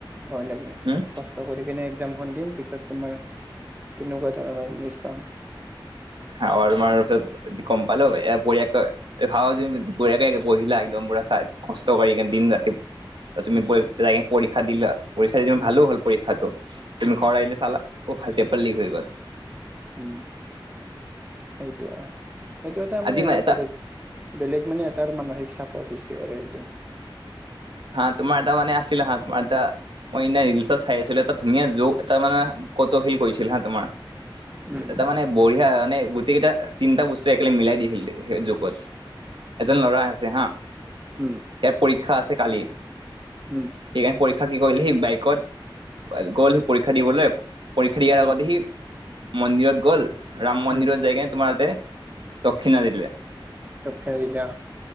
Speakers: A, on the right (about 20°); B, on the right (about 70°).
A: ভয় লাগে
B: উম,
A: কষ্ট কৰি কিনে এক্সজামখন দিম পিছত তোমাৰ তেনেকুৱা ধৰণৰ নিউজ পাম।
B: <unintelligible> তোমাৰ গম পালোঁ এ, <unintelligible> ভাবা যে বঢ়িয়াকে পঢ়িলা একদম পুৰা চাই, কষ্ট কৰি কে দিন ৰাতি তুমি
A: উম
B: যাই কিনি পৰীক্ষা দিলা
A: উম
B: ভালো হ'ল পৰীক্ষাটো তুমি
A: উম
B: ঘৰ আহিলে চালা, অ <unintelligible> পালী হৈ গ'ল।
A: উম সেইটো হয় সেইটো এটা
B: আজি
A: মানে
B: মই
A: আৰু
B: এটা
A: বেলেগ। বেলেগ মানে এটাৰ মানসিক চাপৰ সৃষ্টি কৰে সেইটোৱে।
B: হা তোমাৰ এটা মানে আছিল হা তোমাৰ এটা মই এনে ৰিলচত চাই আছিলো এটা ধুনীয়া যোগ এটা মানে। ক'ত হিল কৰিছিল হা তোমাৰ
A: উম
B: এটা মানে বঢ়িয়া মানে গোটেই কেইটা, তিনিটা বস্তুৱে একেলগে মিলাই দিছিল জোকত এজন ল'ৰা আছে হা।
A: উম
B: ইয়াৰ পৰীক্ষা আছে কালি।
A: উম
B: সেইকাৰণে পৰীক্ষা কি কৰিলে সি বাইকত গ'ল সি পৰীক্ষা দিবলে। পৰীক্ষা দিয়াৰ
A: উম
B: আগতে সি মন্দিৰত গ'ল। ৰাম মন্দিৰত
A: উম
B: যাই কিনে তোমাৰ তাতে দক্ষিণা দিলে।
A: দক্ষিণ আফ্ৰিকা।